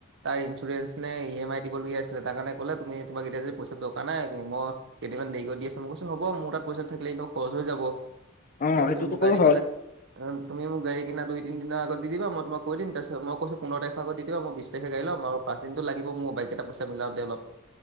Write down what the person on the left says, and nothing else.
অ
সেইটোতো
বাৰু
হয়